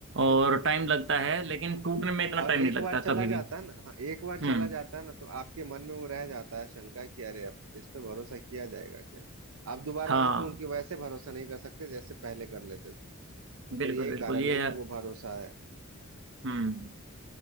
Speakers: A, on the right (about 55°); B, on the right (about 75°).
A: और
B: क्योंकि
A: टाइम लगता है लेकिन टूटने में इतना
B: और
A: टाइम
B: एक
A: नहीं लगता
B: बार चला
A: कभी भी
B: जाता है ना हाँ एक बार चला
A: हम्म
B: जाता है ना तो आपके मन में वो रह जाता है शंका कि अरे अब इस पे भरोसा किया जाएगा क्या आप दोबारा
A: हाँ
B: आंख मूंद के वैसे भरोसा नहीं कर सकते जैसे पहले कर लेते थे तो
A: बिल्कुल
B: ये
A: बिल्कुल
B: कारण
A: ये
B: है कि वो भरोसा है
A: हम्म